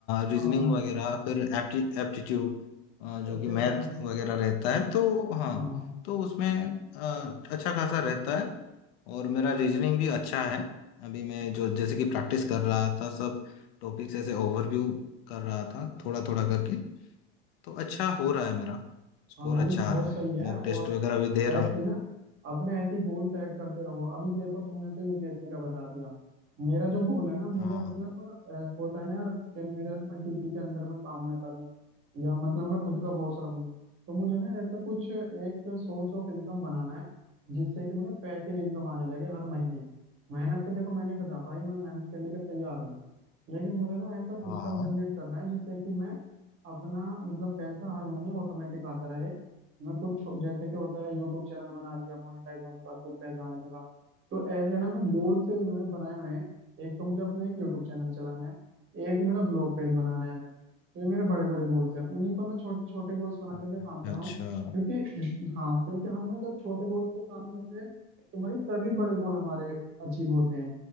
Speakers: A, on the left (about 70°); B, on the right (about 40°).
A: रीजनिंग
B: हाँ
A: वगैरह फिर एप्टी एप्टीट्यूड जो
B: एप्टीट्यूड
A: कि मैथ
B: हो गया।
A: वगैरह रहता है तो हाँ
B: हाँ
A: तो उसमें अ, अच्छा खासा रहता है और मेरा रीजनिंग भी अच्छा है अभी मैं जो जैसे कि प्रैक्टिस कर रहा था सब टॉपिक्स ऐसे ओवरव्यू कर रहा था थोड़ा थोड़ा करके तो अच्छा हो रहा है मेरा स्कोर
B: हाँ नहीं
A: अच्छा
B: बहुत
A: आ रहा है
B: सही है
A: मॉक
B: और
A: टेस्ट वगैरह भी दे
B: ऐसे
A: रहा हूँ
B: ही ना अपने ऐसे ही गोल सेट करते रहो अभी देखो तुमने तो यूपीएससी का बता दिया मेरा जो गोल है ना मुझे
A: हाँ
B: मतलब अ, होता है ना यार कि मेरा मैं किसी के अंदर में काम ना करूं या मतलब मैं खुद का बॉस रहूं तो मुझे ना ऐसा कुछ एक सोर्स ऑफ इनकम बनाना है जिससे कि मेरा पैसिव इनकम आने लगे हर महीने मेहनत से देखो मैं नहीं डर रहा भाई मैं मेहनत करने के तैयार हूँ लेकिन मुझे ना ऐसा सिस्टम
A: हाँ हाँ
B: जनरेट करना है जिससे कि मैं अपना मतलब पैसा हर महीने ऑटोमेटिक आता रहे मैं कुछ छो- जैसे कि होता है यूट्यूब चैनल बना लिया मोनेटाइज होने के बाद कुछ पैसा आने लगा तो ऐसे ना मैं गोल्स मैंने बनाए हुए हैं एक तो मुझे अपना एक यूट्यूब चैनल चलाना है एक मेरा ब्लॉग पेज बनाना है मैंने तो ये मेरे बड़े बड़े गोल्स हैं उन्हीं पर मैं छोटे छोटे गोल्स बना
A: अच्छा
B: करके काम कर
A: अच्छा,
B: रहा हूँ क्योंकि हाँ क्योंकि हम ना जब छोटे गोल्स पर काम करते हैं तो भाई सभी बड़े गोल हमारे अचीव होते हैं